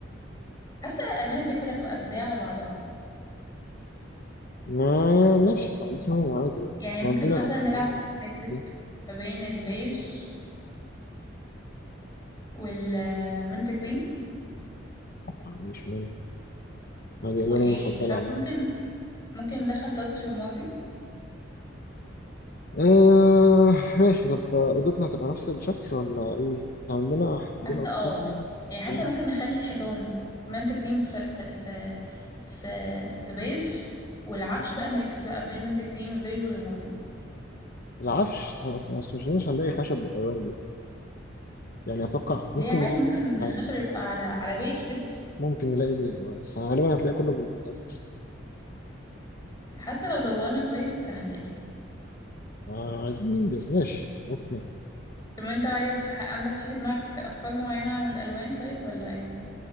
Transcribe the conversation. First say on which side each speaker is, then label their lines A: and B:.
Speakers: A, on the left; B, on the left.
A: حاسه الوان البيت كلها تبقى مديه على بعضها
B: ما ماشي ما عنديش مانع عادي يعني
A: يعني
B: إحنا
A: ممكن
B: عندنا
A: مثلا نلعب
B: عندنا
A: في حته
B: ايه
A: ما بين البيج والمنت جرين
B: ما عنديش مانع ما دي
A: وايه
B: الواني المفضله
A: مش عارفه
B: عامه
A: ممكن ممكن ندخل تاتش رمادي
B: آه ماشي طب آه، اوضتنا هتبقى نفس الشكل ولا ايه احنا عندنا عندنا
A: حاسه
B: اوضتين
A: اه يعني
B: عندنا
A: حاسه ممكن نخلي الحيطان منت جرين في في في في في بيج والعفش
B: مم.
A: بقى ميكس بقى بين المنت جرين والبيج والرمادي
B: العفش بس مش مش هنلاقي خشب بالالوان دي يعني اتوقع
A: اللي
B: ممكن
A: هي عادي
B: نلاقي
A: ممكن
B: بير مش عارف
A: خشب يبقى على على بيج كده
B: ممكن نلاقي بير آه، بس غالبا هتلاقي كله بالنيات اصلا
A: حاسه لو دورنا كويس هنلاقي
B: ما عايزين ننجز ماشي اوكي
A: طب انت عايز ح- عندك في في دماغك افكار معينه عن الالوان طيب ولا ايه